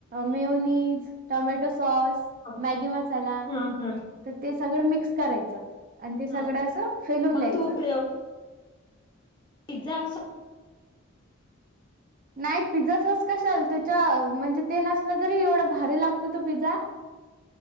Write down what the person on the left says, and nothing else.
हां,
हां हां
हां.
मग
तू प पिझ्झा असो